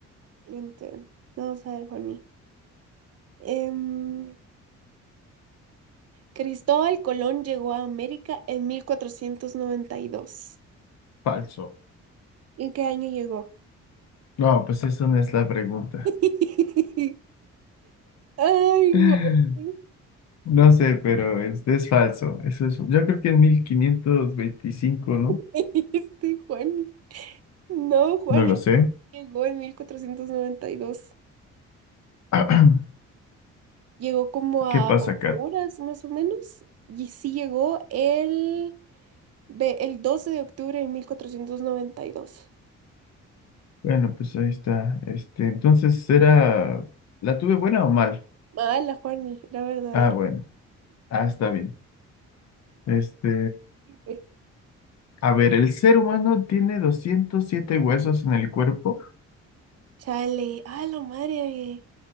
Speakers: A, on the right; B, on the left.
A: Siguiente. Vamos a ver, Juaní. Em, Cristóbal Colón llegó a América en 1492.
B: Falso.
A: ¿En qué año llegó?
B: No, pues eso no es la pregunta.
A: <laughs> Ay,
B: <laughs>
A: Juani.
B: No sé, pero es, es falso. Eso es, yo creo que en 1525, ¿no?
A: <laughs> Este Juani. No, Juani
B: No lo sé.
A: llegó en 1492.
B: <clears throat>
A: Llegó como a
B: ¿Qué pasa,
A: Honduras,
B: Kat?
A: más o menos. Y sí llegó el, ve- el 12 de octubre de 1492.
B: Bueno, pues ahí está. Este, entonces era, ¿la tuve buena o mal?
A: Mala, Juani. Era verdadero.
B: Ah, bueno. Ah, está bien. Este,
A: <laughs>
B: a ver, el ser humano tiene 207 huesos en el cuerpo.
A: Chale, ay, la madre,